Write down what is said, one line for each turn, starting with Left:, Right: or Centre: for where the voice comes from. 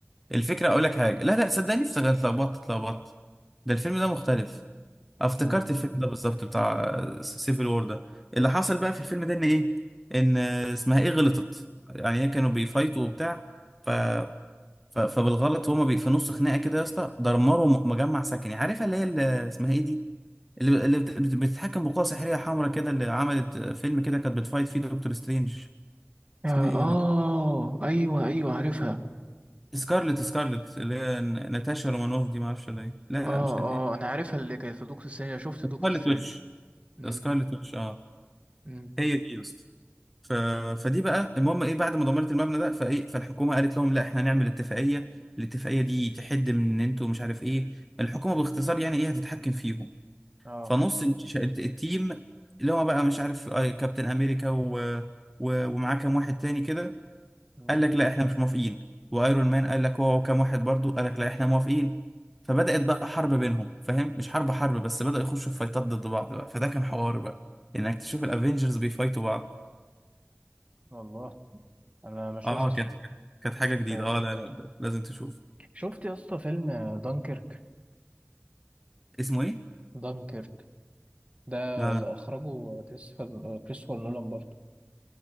Centre: الفكره اقول لك حاجه لا لا صدقني افتكرت اتلخبطت اتلخبطت ده الفيلم ده مختلف افتكرت
Right: مم.
Centre: الفيلم ده بالظبط بتاع سيفل وور ده اللي حصل بقى في الفيلم ده ان ايه ان آه، اسمها ايه غلطت يعني هي كانوا بيفايتوا وبتاع ف... ف... فبالغلط هما بي... في نص خناقه كده يا اسطى دمروا م- مجمع سكني عارفه اللي هي اللي اسمها ايه دي اللي, اللي بت... بت- بتتحكم بقوه سحريه حمراء كده اللي عملت آه، فيلم كده كانت بتفايت فيه دكتور سترينج
Right: اه
Centre: اسمها ايه
Right: آه،
Centre: يا
Right: ايوه ايوه عارفها
Centre: سكارلت سكارلت اللي هي ن- ناتاشا رومانوف دي ما اعرفش ولا ايه لا
Right: اه
Centre: لا مش ناتاشا
Right: اه انا عارفها اللي كانت في دكتور سترينج أنا شفت دكتور
Centre: سكارلت
Right: سترينج
Centre: ويتش
Right: امم
Centre: سكارلت ويتش اه
Right: امم
Centre: هي دي يا اسطى ف... فدي بقى المهم ايه بعد ما دمرت المبنى ده فايه فالحكومه قالت لهم لا احنا هنعمل اتفاقيه الاتفاقيه دي تحد من ان انتوا مش عارف ايه الحكومه باختصار يعني ايه هتتحكم فيهم
Right: اه
Centre: فنص الش- التيم اللي هو بقى مش عارف آه، كابتن امريكا و... و... ومعاه كام واحد تاني كده
Right: مم.
Centre: قال لك لا احنا مش موافقين وايرون مان قال لك هو وكام واحد برضو قال لك لا احنا موافقين فبدأت بقى حرب بينهم فاهم مش حرب حرب بس بدأوا يخشوا في فايتات ضد بعض بقى فده كان حوار بقى انك تشوف الافينجرز بيفايتوا بعض
Right: والله انا ما شفتش
Centre: اه آه، كانت كانت كانت
Right: ما
Centre: حاجة
Right: شفتهاش
Centre: جديدة اه لا لا لا، لازم تشوف
Right: شفت يا اسطى فيلم دانكيرك
Centre: اسمه ايه
Right: دانكيرك ده
Centre: لا
Right: اللي اخرجه كريستوفر كريستوفر نولان برضه